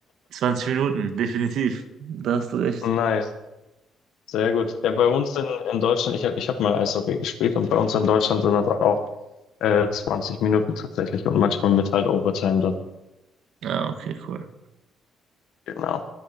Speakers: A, on the right; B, on the left.
A: 20 Minuten, definitiv. Da hast du recht.
B: Nice, sehr gut. Ja, bei uns in, in Deutschland, ich habe ich hab mal Eishockey gespielt und bei uns in Deutschland sind das auch äh, 20 Minuten tatsächlich und manchmal mit halt Overtime dann.
A: Ja, okay, cool.
B: Genau.